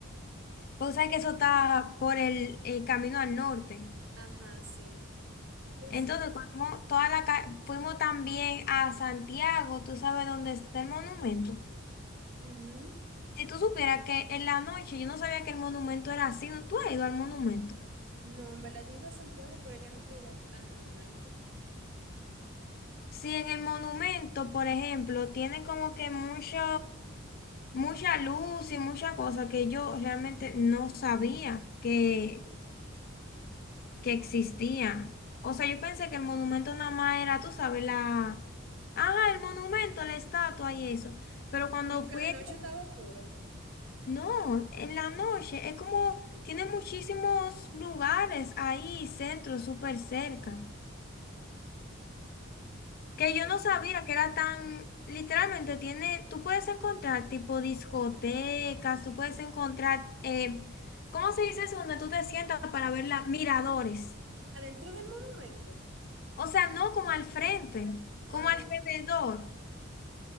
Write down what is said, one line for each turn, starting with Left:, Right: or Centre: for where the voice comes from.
Left: Pues sabes que eso está por el, el camino al norte.
Right: Ajá, sí, yo
Left: Entonces,
Right: sé.
Left: cuando toda la ca- fuimos también a Santiago, tú sabes dónde está el monumento.
Right: Ujú.
Left: Si tú supieras que en la noche yo no sabía que el monumento era así, ¿no? ¿Tú has ido al monumento?
Right: No, en verdad yo he ido a Santiago, pero yo nunca he ido al monumento.
Left: Si en el monumento, por ejemplo, tienen como que mucho, mucha luz y mucha cosa que yo realmente no sabía que, que existía. O sea, yo pensé que el monumento nada más era, tú sabes, la... Ah, el monumento, la estatua y eso. Pero cuando
Right: Como
Left: fui,
Right: que de noche estaba oscuro.
Left: no, en la noche, es como, tiene muchísimos lugares ahí, centros, súper cerca. Que yo
Right: Ujú.
Left: no sabía que era tan, literalmente tiene, tú puedes encontrar tipo discotecas, tú puedes encontrar, eh, ¿cómo se dice eso? Donde tú te sientas para ver las miradores.
Right: Adentro del monumento.
Left: O sea, no como al frente,
Right: Ah,
Left: como alrededor,
Right: ok,